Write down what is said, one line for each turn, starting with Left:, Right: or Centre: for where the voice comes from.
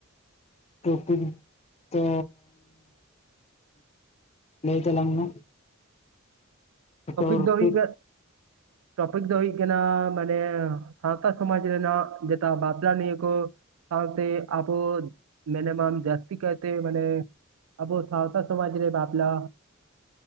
Left: ᱴᱳᱯᱤᱠ ᱛᱚ ᱞᱟᱹᱭ ᱛᱟᱞᱟᱝ ᱢᱮ
Right: ᱴᱚᱯᱤᱠ
Left: ᱴᱚᱨᱯᱤᱠ
Right: ᱫᱚ ᱦᱩᱭᱩᱜ-ᱟ..
Left: <inaudible>
Right: ᱴᱚᱯᱤᱠ ᱫᱚ ᱦᱩᱭᱩᱜ ᱠᱟᱱᱟ ᱢᱟᱱᱮ ᱥᱟᱶᱛᱟ ᱥᱚᱢᱟᱡᱽ ᱨᱮᱱᱟᱜ ᱡᱮᱴᱟ ᱵᱟᱯᱞᱟ ᱱᱤᱭᱟᱹ ᱠᱩ ᱥᱟᱶᱛᱮ ᱟᱵᱚ ᱢᱤᱱᱤᱢᱟᱢ ᱡᱟᱹᱥᱛᱤ ᱠᱟᱭᱛᱮ ᱢᱟᱱᱮ ᱟᱵᱚ ᱥᱟᱶᱛᱟ ᱥᱚᱢᱟᱡᱽ ᱨᱮ ᱵᱟᱯᱞᱟ